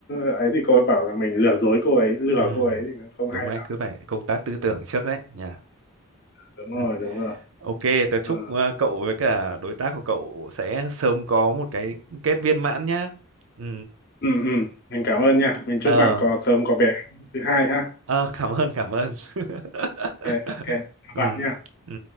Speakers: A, on the left; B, on the right.
A: ấy thì cô ấy bảo là mình lừa dối cô ấy lừa
B: Ừ,
A: cô ấy thì nó không hay
B: đúng
A: lắm
B: đấy, cứ phải công tác tư tưởng trước đấy nhỉ.
A: đúng rồi
B: Ừ.
A: đúng rồi
B: Ok, tớ
A: Ờ.
B: chúc ờ, cậu với cả đối tác của cậu sẽ sớm có một cái kết viên mãn nhá. Ừ.
A: ừ ừ mình cảm ơn nha mình chúc
B: Ờ,
A: bạn có sớm có bé thứ hai ha
B: ờ, cảm ơn, cảm ơn. <laughs>
A: ok ok chào
B: ừ.
A: bạn nha
B: Ừ.